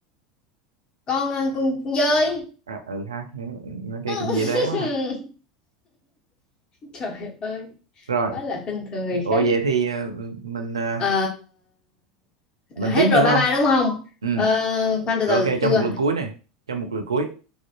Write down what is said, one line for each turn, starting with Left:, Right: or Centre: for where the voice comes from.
Left: con à, con, con dơi
Right: à, ừ ha nó kia
Left: <laughs>
Right: cũng dễ đoán quá ha
Left: trời ơi
Right: rồi
Left: quá là khinh thường người
Right: ủa
Left: khác
Right: vậy thì ờ, mình ờ,
Left: Ờ,
Right: mình
Left: hết
Right: tiếp
Left: rồi
Right: nữa
Left: ba
Right: không
Left: ba đúng không
Right: ừ
Left: Ờ, khoan từ
Right: rồi
Left: từ
Right: ok cho
Left: chưa
Right: một lượt cuối này cho một lượt cuối